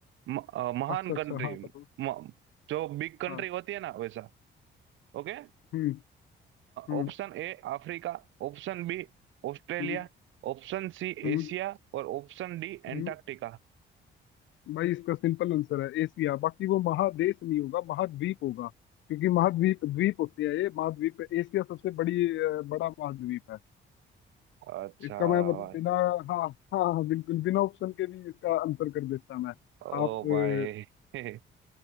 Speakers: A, on the right; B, on the left.
A: म, अ, महान
B: अच्छा
A: कंट्री
B: अच्छा हाँ बताओ
A: म, जो बिग कंट्री
B: हाँ
A: होती है ना वैसा Okay
B: हम्म हम्म
A: Option A Africa option B Australia
B: हम्म
A: option C
B: हम्म
A: Asia और ऑप्शन डी
B: हम्म
A: एंटार्क्टिका
B: भाई इसका सिंपल आंसर है एशिया बाकी वो महादेश नहीं होगा महाद्वीप होगा क्योंकि महाद्वीप द्वीप होते हैं ये महाद्वीप है। एशिया सबसे बड़ी अ, बड़ा महाद्वीप है
A: अच्छा
B: इसका मैं मतलब
A: भाई
B: बिना हाँ हाँ हाँ बिल्कुल बिना ऑप्शन के भी इसका आंसर कर देता मैं
A: ओ
B: आप अ,
A: भाई <laughs>